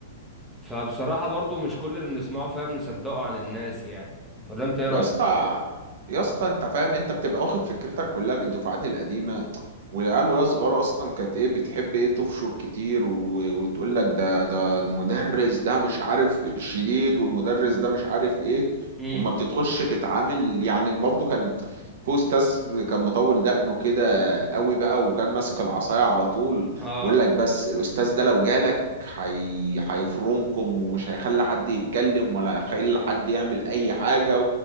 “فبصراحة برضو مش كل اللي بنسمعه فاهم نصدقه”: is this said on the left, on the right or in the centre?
Centre